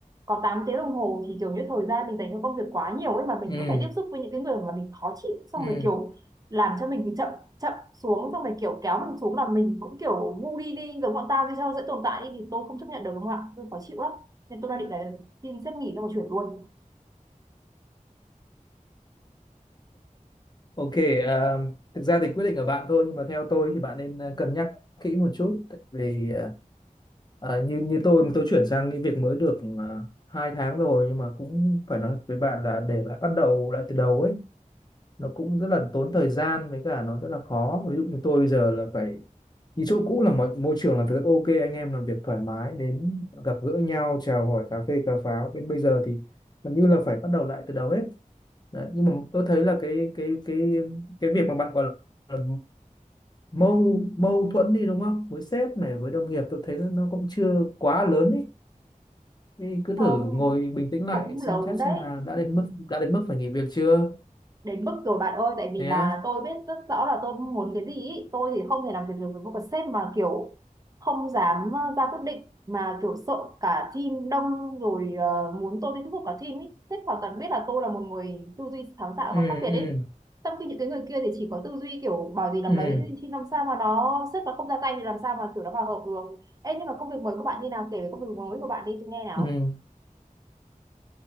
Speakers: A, on the right (about 25°); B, on the left (about 30°).
A: có 8 tiếng đồng hồ thì kiểu như thời gian mình dành cho công việc quá nhiều ấy mà mình
B: ừ
A: cứ phải tiếp xúc với những cái người mà mình khó chịu xong
B: ừ
A: rồi kiểu làm cho mình bị chậm chậm xuống xong rồi kiểu kéo mình xuống là mình cũng kiểu ngu đi đi giống bọn tao đi cho dễ tồn tại thì tôi không chấp nhận được đúng không ạ tôi khó chịu lắm nên tôi đang định là xin sếp nghỉ xong rồi chuyển luôn
B: Ok, à, thực ra thì quyết định ở bạn thôi nhưng mà theo tôi thì bạn nên à, cân nhắc kỹ một chút tại vì à, à, như như tôi tôi chuyển sang cái việc mới được à, hai tháng rồi nhưng mà cũng phải nói với bạn là để lại bắt đầu lại từ đầu ấy nó cũng rất là tốn thời gian với cả nó rất là khó ví dụ như tôi bây giờ là phải như chỗ cũ là mọi môi trường là rất ok anh em làm việc thoải mái đến gặp gỡ nhau chào hỏi cà phê cà pháo bên bây giờ thì gần như là phải bắt đầu lại từ đầu hết Đấy, nhưng mà tôi thấy là cái cái cái cái việc mà bạn gọi là mâu mâu thuẫn đi đúng không với sếp này với đồng nghiệp tôi thấy nó nó cũng chưa quá lớn ý thì cứ
A: không
B: thử ngồi bình tĩnh lại
A: cũng
B: xem
A: lớn
B: xét
A: đấy
B: xem là đã đến mức đã đến mức phải nghỉ việc chưa
A: đến mức rồi bạn ơi tại vì
B: thế
A: là
B: á
A: tôi biết rất rõ là tôi muốn cái gì ý. tôi thì không thể làm việc được với một cái sếp mà kiểu không dám ờ, ra quyết định mà kiểu sợ cả team đông rồi ờ, muốn tôi đi thuyết phục cả team ý sếp hoàn toàn biết là tôi là một người tư duy sáng tạo
B: ừ
A: và khác biệt ý
B: ừ
A: trong khi những cái người kia thì chỉ có tư duy kiểu bảo gì làm
B: ừ
A: đấy thì làm sao mà nó sếp mà không ra tay thì làm sao mà kiểu nó hòa hợp được Ê nhưng mà công việc mới của bạn như nào kể về công việc mới của bạn đi tôi nghe nào
B: ừ